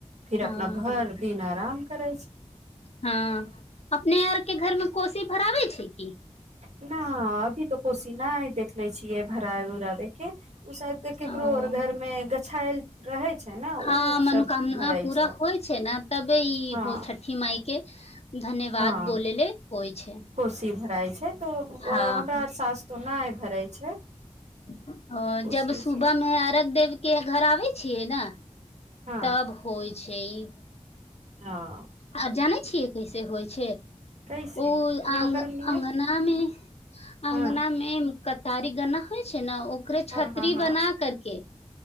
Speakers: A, on the right; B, on the left.
A: फिर
B: हँ
A: अपना भर
B: हँ
A: दिन अराम करै छै
B: हँ अपने आर के घर मे कोसी भराबे छै की
A: न अभी तऽ कोशी नइ देखले छियै भराबे उराबे के ई सब तऽ केकरो
B: ओ
A: अर घर मे गछाइल रहै छै ने
B: हँ
A: ओ
B: मनोकामना
A: सब भराइ
B: पूरा
A: छै
B: होइ छै न तबे ईहो
A: हँ
B: छठी माई के धन्यवाद
A: हँ
B: बोले ले होइ छै
A: कोशी भ राइ छै तब
B: हँ
A: हमरा अर सास तो नइ भरय छै
B: <unintelligible> हँ
A: कोशी
B: जब
A: उशी
B: सुबह मे अरघ देव के घर आबै छियै न
A: हँ
B: तब होइ छै ई
A: हँ
B: आर जानै छियै कैसे होइ छै
A: कैसे
B: उऽ
A: तनि
B: अग
A: ओकर लिए
B: अगना मे
A: हँ
B: अगना मे कतारी गन्ना होइ छै न ओकरे
A: हँ
B: छतरी
A: हँ हँ
B: बना करके